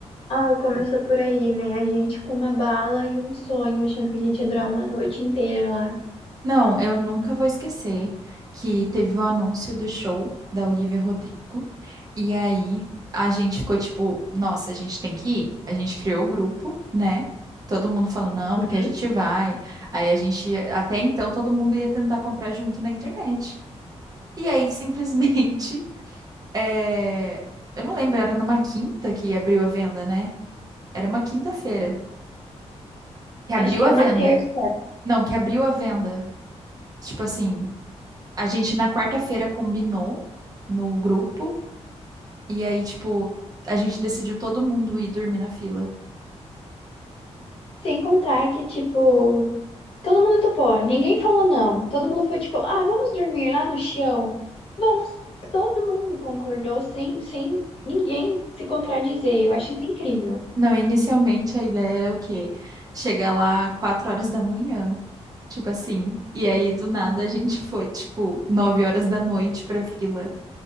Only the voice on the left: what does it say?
Ai, começou por aí, né? A gente com uma bala e um sonho, achando que a gente ia durar uma noite inteira lá.
Uhum.
Acho que
era
uma terça.
Sem contar que, tipo, Todo mundo topou, ninguém falou não. Todo mundo foi tipo, ah, vamos dormir lá no chão? Vamos. Todo mundo concordou sem, sem ninguém se contradizer. Eu acho isso incrível.